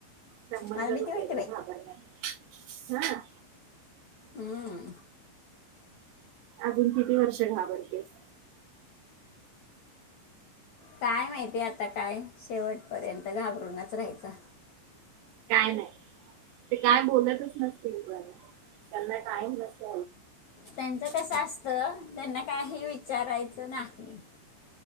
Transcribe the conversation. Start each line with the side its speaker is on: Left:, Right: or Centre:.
Right: संबंध
Left: मला भीती
Right: कुठे
Left: वाटते
Right: येतो
Left: बाई
Right: घाबरायला हा
Left: हम्म.
Right: अजून किती वर्ष घाबरतेस
Left: काय माहितीय आता काय शेवट पर्यंत घाबरूनच राहायचं
Right: काय नाही ते काय बोलतच नसतील त्यांना काही नसत
Left: त्यांचं कसं असतं त्यांना काही विचारायचं नाही